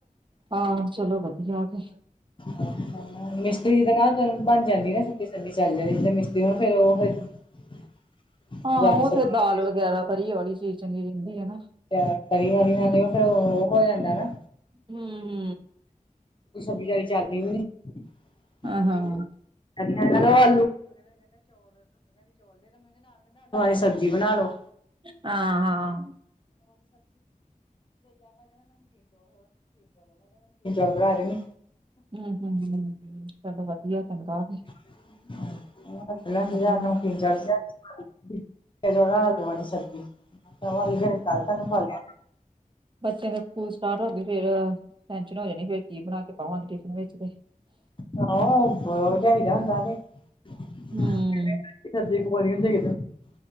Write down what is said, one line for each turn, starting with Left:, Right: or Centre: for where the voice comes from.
Right: ਹਾਂ, ਚਲੋ ਵਧੀਆ ਤੇ
Left: ਹਾ ਹਾ ਮਿਸਤਰੀ ਦੇ ਨਾ ਤੇ ਬਣ ਜਾਂਦੀ ਨਾ, ਸੁੱਕੀ ਸਬਜ਼ੀ ਚੱਲ ਜਾਂਦੀ ਜਿੱਦਾਂ ਮਿਸਤਰੀ ਨੂੰ ਉਹ ਫਿਰ <inaudible>
Right: ਹਾਂ, ਉਹ ਫਿਰ
Left: ਸਬਜ਼ੀ
Right: ਦਾਲ ਵਗੈਰਾ, ਤਰੀ ਵਾਲੀ ਚੀਜ਼ ਚੰਗੀ ਰਹਿੰਦੀ ਹੈਨਾ।
Left: ਚ, ਤਰੀ ਵਾਲੀ ਨਾਲ ਫਿਰ ਉਹ ਹੋ ਜਾਂਦਾ ਨਾ
Right: ਹੂ ਹੂ
Left: <unintelligible>
Right: ਹਾਂ-ਹਾਂ,
Left: <unintelligible> ਆਲੂਆਂ ਦੀ ਸਬਜ਼ੀ ਬਣਾ ਲੋ
Right: ਹਾਂ-ਹਾਂ,
Left: <inaudible> ਬਣਾ ਲੋ ਨਾ
Right: ਹੂ ਹੂ, ਚਲੋ ਵਧੀਆ ਚੰਗਾ
Left: <unintelligible>
Right: ਵਧੀਆ
Left: <unintelligible>
Right: ਬੱਤਿਆਂ ਦੇ ਸਕੂਲ ਸਟਾਰਟ ਹੋਂਗੇ ਫੇਰ ਟੈਨਸ਼ਨ ਹੋ ਜਾਣੀ, ਫੇਰ ਕੀ ਬਣਾ ਕੇ ਪਾਵਾਂ ਟਿਫਨ ਵਿੱਚ ਤੇ
Left: <unintelligible> <unintelligible>
Right: ਹੂੰ,